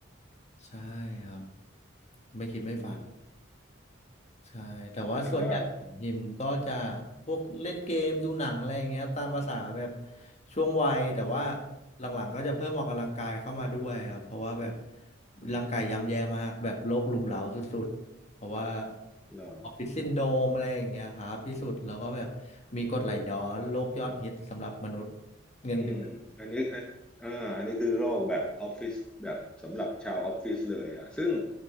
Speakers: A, on the left (about 35°); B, in the centre.
A: ใช่ครับไม่คิดไม่ฝัน
B: อืม
A: ใช่แต่ว่าส่วนใหญ่หิมก็จะ
B: แต่ว่า
A: พวกเล่นเกมดูหนังอะไรอย่างเงี้ยตามภาษาแบบช่วงวัยแต่ว่าหลังๆก็จะเพิ่มออกกำลังกายเข้ามาด้วยครับเพราะว่าแบบร่างกายย่ำแย่มากแบบโรครุมเร้าสุดๆเพราะว่า
B: เอ่อ
A: ออฟฟิศซินโดรมอะไรอย่างเงี้ยครับที่สุดแล้วก็แบบมีกรดไหลย้อนโรคยอดฮิตสำหรับมนุษย์เงินเดือน
B: อืมอันนี้อ่ะอ่าอันนี้คือโรคแบบออฟฟิศแบบสำหรับชาวออฟฟิศเลยอ่ะซึ่ง